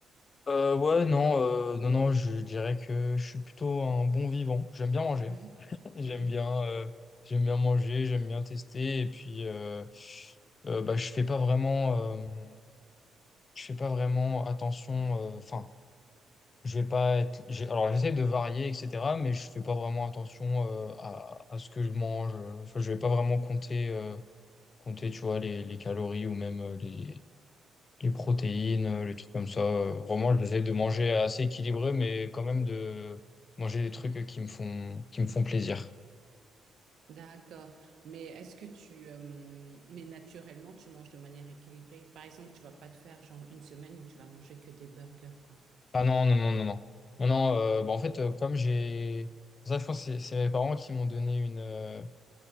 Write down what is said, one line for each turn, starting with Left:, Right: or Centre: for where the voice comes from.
Left: Euh, ouais, non, euh, non, non, je dirais que je suis plutôt un bon vivant. J'aime bien manger.
Right: Oui.
Left: <laughs> J'aime
Right: Oui.
Left: bien, euh, j'aime bien manger, j'aime bien tester. Et puis, euh, euh, bah, je fais pas vraiment, euh, je fais pas vraiment attention. euh, Enfin, je vais pas être. j'ai- Alors, j'essaie de varier, etc. Mais je fais pas vraiment attention euh, à, à ce que je mange. Enfin, je vais pas vraiment compter, euh, compter, tu vois, les, les calories ou même euh, les les protéines, euh, les trucs comme ça. Euh, Vraiment, j'essaie de manger assez équilibré, mais quand même de manger des trucs qui me font, qui me font plaisir.
Right: D'accord. Mais est-ce que tu... euh, mais naturellement, tu manges de manière équilibrée. Par exemple, tu vas pas te faire genre une semaine où tu vas manger que des burgers, quoi.
Left: Ah non, non, non, non, non. Non, non, euh, bah, en fait, euh, comme j'ai... Ça, je pense que c'est c'est mes parents qui m'ont donné une... euh,